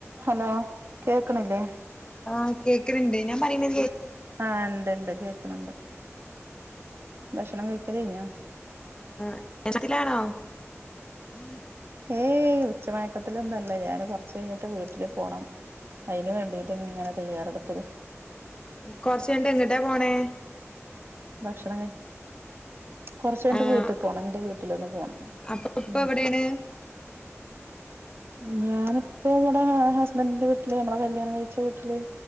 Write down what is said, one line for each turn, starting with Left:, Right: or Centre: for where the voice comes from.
Right: hello കേ ആക്കുന്നില്ലേ
Left: ആഹ് കേൾക്കണിണ്ട് ഞാൻ പറയുന്ന
Right: ആ ഇണ്ട് ഇണ്ട് കേക്കണിണ്ട് ഭക്ഷണം കഴിക്കല് കഴിഞ്ഞാ
Left: <unintelligible>
Right: ഏയ് ഉച്ചമയക്കത്തിലൊന്നല്ലാ ഞാന് കൊറച്ച് കഴിഞ്ഞിട്ട് വീട്ടില് പോണം അയിന് വേണ്ടീട്ട് ഇങ്ങനെ തയ്യാറെടുക്കണ്
Left: കൊറച്ചണ്ട് എങ്ങിട്ടാ പോണേ
Right: ഭക്ഷണം കഴി കൊറച്ചുകഴിഞ്ഞിട്ട്
Left: ആഹ്
Right: വീട്ടിൽ പോണം എന്റെ വീട്ടിലൊന്ന് പോണം
Left: അപ്പൊ ഇപ്പ
Right: ഉം
Left: എവിടേണ്
Right: ഞാനിപ്പ ഇവിടെ ഹസ്ബൻഡിന്റെ വീട്ടില് നമ്മളെ കല്യാണം കഴിച്ച വീട്ടില്